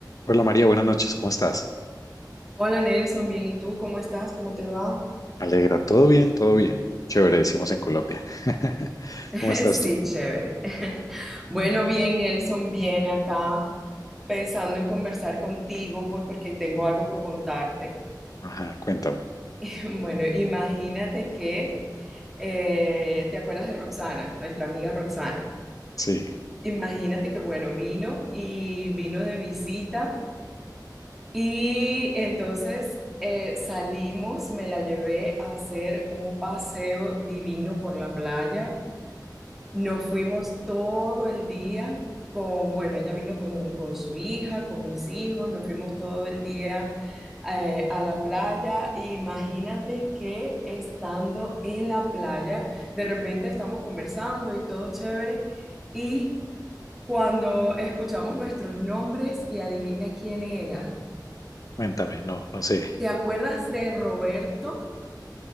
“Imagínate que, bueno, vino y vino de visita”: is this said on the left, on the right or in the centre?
Centre